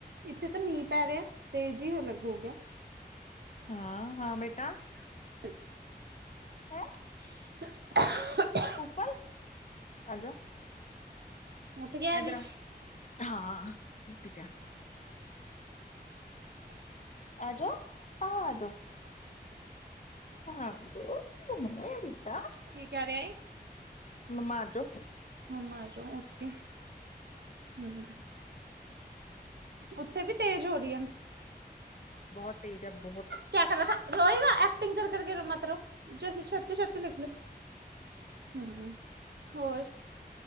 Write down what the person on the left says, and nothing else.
ਹਾਂ - ਹਾਂ ਬੇਟਾ
ਹੈਂ।
ਉਪਲ ਆਜਾ਼
ਇਧਰ
ਆ ਹਾਂ ਠੀਕ ਹੈ। ਆਜੋ- ਆਜੋ ਹੱਥ ਦੋ ਹਾਂ ਬੇਟਾ
ਮਮਾ ਆਜੋਂ
ਬਹੁਤ ਤੇਜ ਆ ਬੋਤ